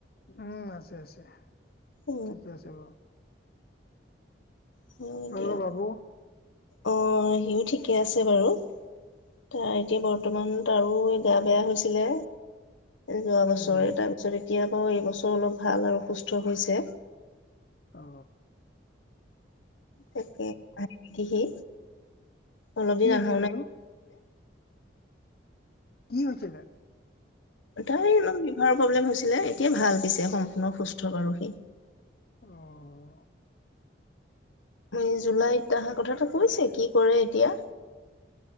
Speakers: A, on the left; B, on the left.
A: উম, আছে আছে।
B: অ
A: ঠিকে আছে বাৰু।
B: হয়
A: আপোনালোকৰ
B: দিয়ক
A: বাবু?
B: অ' সিওঁ ঠিকে আছে বাৰু, তাৰ এতিয়া বৰ্তমান আৰু গা বেয়া হৈছিলে যোৱা বছৰে,
A: উম
B: তাৰ পিছত এতিয়া বাৰু এইবছৰ অলপ ভাল আৰু সুস্থ হৈছে।
A: অঁ।
B: তাকে, কিহে? অলপ দিন
A: কি হৈছিল
B: আহায়ে নাই
A: বোলো কি হৈছিলে?
B: তাই সেই এলপ লীভাৰ প্ৰব্লেম হৈছিলে, এতিয়া ভাল পাইছে, সম্পূৰ্ণ সুস্থ বাৰু সি।
A: অ'।
B: উম জুলাইত অহাৰ কথাটো কৈছে কি কৰে এতিয়া।